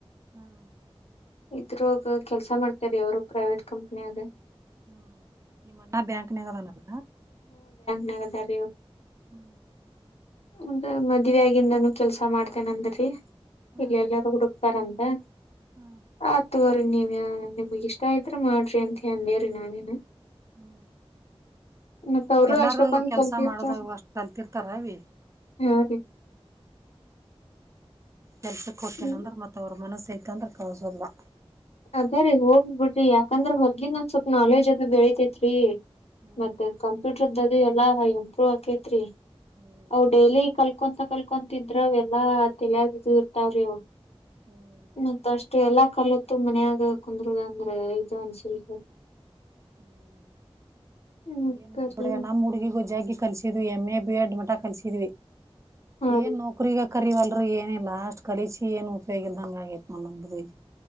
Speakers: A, on the right; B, on the left.
A: ಹ-
B: ಇದ್ರೋಗ ಕೆಲಸಾ ಮಾಡ್ತಾರ ಅವರು ಪ್ರೈವೇಟ್ ಕಂಪನ್ಯಾಗ.
A: ಹ- ನಿಮ್ಮ ಅಣ್ಣ ಬ್ಯಾಂಕ್ನಾಗದಾನಲ್ಲ?
B: ನಾಗ್ ಅದಾರ್ ರೀ ಅವ್ರು.
A: ಹೂ
B: ಮುಂದ ಮದಿವ್ಯಾಗಿನಂದಾನೂ ಕೆಲಸಾ ಮಾಡ್ತೇನ ಅಂದ್ ರಿ,
A: ಹಾ
B: ಇಲ್ಲಿ ಎಲ್ಲಾರೂ ಹುಡುಕ್ತಾರಂತ, ಹ
A: ಹ್ಮ್
B: ಆತ ತೊಗೋ- ರಿ ನೀವ ನಿಮಗ್ ಇಷ್ಟ ಇದ್ರ ಮಾಡ್ರಿ ಅಂತ ಅಂದೇವಿರಿ ನಾವೇನ
A: ಹು
B: ಮತ್
A: ಈಗೆಲ್ಲಾರೂ
B: ಅವರು ಅಷ್ಟಕ್ಕೊಂದ್
A: ಕೆಲಸಾ
B: ಕಲ್ತಿರ್ತಾರ
A: ಮಾಡದ ಅಷ್ಟ ಕಲ್ತಿರ್ತಾರ ಅವಿ -
B: ಹಾ ರೀ
A: ಕೆಲಸಕ್ಕ ಹೊಕ್ಕೇನ್
B: ಹ್ಮ್
A: ಅಂದ್ರ ಮತ್ ಅವರ ಮನಸ ಐತಿ. ಬೇಕಂದ್ರೆ ಕಲ್ಸೊದ್ವಾ.
B: ಅದ್ರರಿ ಹೋಗ್ ಬಿಡ್ರಿ ಯಾಕಂದ್ರ ಹೊರ್ಗಿನ್ ಒಂದ್ ಸ್ವಲ್ಪ್ ನಾಲೆಜ್ ಅದು ಬೆಳತೆತ್ರಿ.
A: ಹ್ಮ್
B: ಮತ್ತೆ ಕಂಪ್ಯೂಟರ್ ದ ಇದು ಎಲ್ಲ ಇಂಪ್ರೂವ್ ಅಕ್ಕೆತ್ರಿ.
A: ಹ್ಮ್
B: ಅವ್ ಡೈಲಿ ಕಲ್ ಕೊಂತ ಕಲ್ಕೊಂತಿದ್ರ್ ಅವೆಲ್ಲಾ ತೆಲ್ಯಾಗ್ ಇದು ಇರ್ತಾವ್ರೀ ಅವು
A: ಹ್ಮ್
B: ಮತ್ತಷ್ಟು ಎಲ್ಲ ಕಲ <inaudible> ತುಂಬ ಮನ್ಯಾಗ ಕುಂದರುದ ಅಂದ್ರೆ ಇದು ಅನ್ಸಲ್
A: ಹ್ಮ್
B: ಮತ್ತರಿ
A: <unintelligible> ಏನ್ ಮಾಡ್ಬ ಬಿಡವ ನಮ್ಮ್ ಹುಡುಗಿಗೂ ಜಗ್ಗ ಕಲ್ಸಿದ್ವಿ ಎಮ್ಮೆ ಬಿಎಡ್ ಮಠ ಪಟ ಕಲಿಸಿದ್ವಿ
B: ಹಾ
A: ಏ
B: ರೀ
A: ನೌಕರಿ ಕ ಕರಿವಲ್ರು ಏನಿಲ್ಲ ಅಷ್ಟ್ ಕಳಿಸಿಿ ಏನು ಉಪಯೋಗಿಲ್ದಂಗ ಆಗೇತ್ ನೋಡ್ ನಮ್ದಬಿ.